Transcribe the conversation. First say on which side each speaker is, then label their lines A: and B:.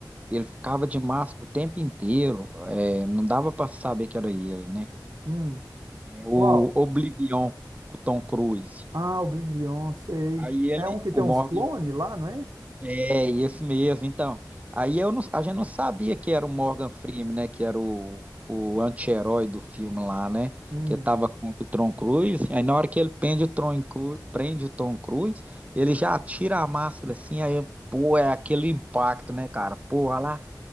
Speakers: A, on the right; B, on the right.
A: Ele ficava de máscara o tempo inteiro, é, não dava pra saber que era ele, né?
B: Hum.
A: É o
B: Qual?
A: Oblivion, com o Tom Cruise.
B: Ah, o Biblion, sei.
A: Aí ele,
B: É um que tem
A: o
B: uns
A: Morgan
B: clones lá, não é?
A: É, esse mesmo, então. Aí eu não- a gente não sabia que era o Morgan Freeman, né? Que era o, o anti-herói do filme lá, né?
B: Hum.
A: Que tava contra o Tom Cruise. Aí na hora que ele prende o Tom Cruise, prende o Tom Cruise, ele já tira a máscara assim, aí, pô, é aquele impacto, né, cara? Pô, olha lá,